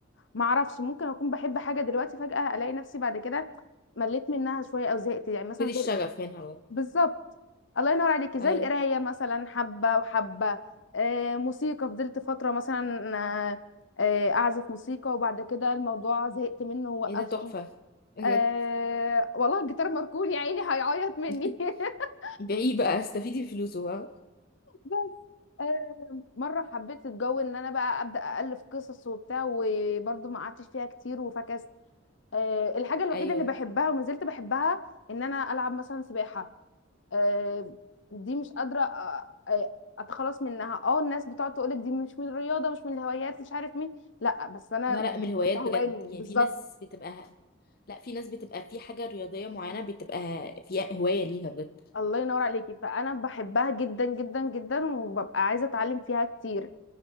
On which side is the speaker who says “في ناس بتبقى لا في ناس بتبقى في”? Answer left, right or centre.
Left